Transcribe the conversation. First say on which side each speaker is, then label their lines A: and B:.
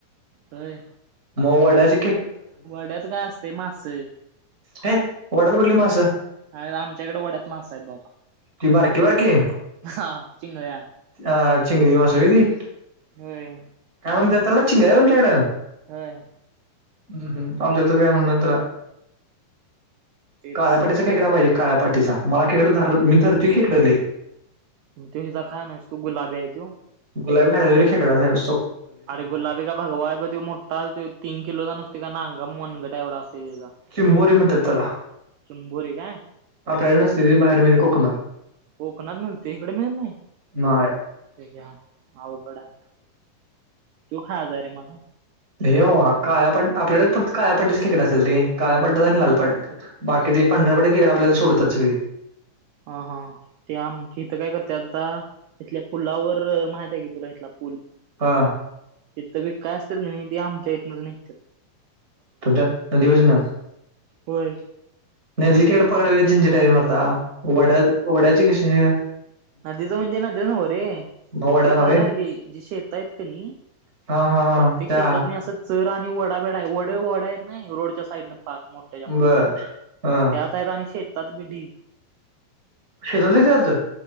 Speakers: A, on the right; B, on the right.
A: होय
B: मग वड्याची
A: वड्यात काय असतयं मासं
B: हे वड्यात कुठली मासं
A: अ आमच्या इकडं वड्यात मासं आहेत बाबा.
B: ति बारकी बारकी.
A: हा चिंगळ्या.
B: आ चिंगळी मास वय ती.
A: होय.
B: काय म्हणत्यात त्याला चिंगळ्या तुमच्याकड.
A: होय.
B: हम्म हम्म आमच्यात तर काय म्हणणात त्याला.
A: तेच
B: काळ्या पाटीचा खेकडा पाहिजे काळ्यापाटीचा मला खेकड धर मी धरतोय खेकडं लई.
A: म त्यो ह्यजा खायाय नाहिस तू गुलाबी आहे त्यो.
B: गुलाबी खाया वय रे खेकडा खायाय सो
A: अरे गुलाबी का भगवाय ब त्यो मोठा तीन किलोचा नसतोय का नांगा मनगटा एवढा असतोय त्याजा.
B: चिंबोरी म्हणत्यात त्यला.
A: चंबोरी काय
B: आपल्याकडे नसेल बाहेर मिळेल कोकणात.
A: कोकणात मिळते इकडे मिळत नाही
B: नाही
A: त्याच्या अवघड आहे. तू खायजा रे मला.
B: हे हो काळ्या पट्ट आपल्याकडेच फक्त काळ्यापट्टच खेकडा असेल ते काळ्यापट्टाच आणि लालपाट. बाकी ते पंढरपडी खेकडा आपल्याला सोडतात सगळी.
A: हा हा. ते आमच्या इथं काय करते आता इथल्या पुलावर माहित आहे की तुला इथला पुल?
B: हा
A: तेथ बी काय असतील की नाही ते आमच्या इथनं नेहतात.
B: तुझयात नदिवस ना?
A: होय.
B: नदी खेकडा पकडल्या लई झिंझट आहे मरता वड्या वड्याची कशे हे
A: नदीच म्हणजे नदी नव्ह रे
B: मग वड्याला
A: नदी खाल
B: व्हय
A: राहिली जी शेता आहेत की नाही
B: हा हा हा
A: प्रत्येक
B: त्या
A: शेतात नी असं चरं आणि वडा बेडा आहे वड वडा आहेत नाही रोडच्या साईडने पाक मोठ्या ज्या मोठं
B: बर हा
A: त्यात आहेत आणि शेतात भि डिग
B: शेतात बी चालतं?